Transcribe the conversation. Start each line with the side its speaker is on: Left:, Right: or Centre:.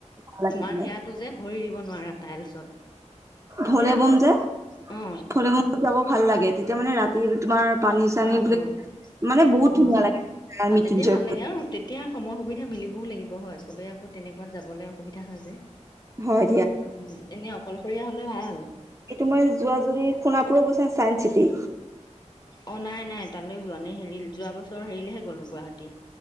Right: ভাল লাগে
Left: তোমাৰ
Right: বোলে
Left: সেয়াটো যে। ভৰি দিব নোৱাৰা টাইলছত।
Right: ভলেবম
Left: পুৰা ৰ'দ
Right: যে
Left: অ
Right: ভলেবোমত যাব ভাল লাগে তেতিয়া মানে ৰাতি তোমাৰ পানী চানী
Left: অহ
Right: বোলে
Left: অহ
Right: মানে বহুত
Left: অহ।
Right: ধুনীয়া লাগে
Left: অ
Right: মৃত্যুঞ্জয়
Left: তেতিয়া ভাল লাগে আৰু তেতিয়া সময় সুবিধা মিলিবও লাগিব হয়। চবে আকৌ তেনেকুৱাত যাবলে অসুবিধা এতিয়া হয় যে
Right: হয়
Left: উম এনেই অকলশৰীয়া হ'লে ভাল।
Right: এইটো মই যোৱা যদি সোণাপুৰা গৈছা চাইন্স চিটি।
Left: অ নাই নাই তালে যোৱা নে হেৰি যোৱা বছৰ হেৰিলেহে গলোঁ গুৱাহাটী।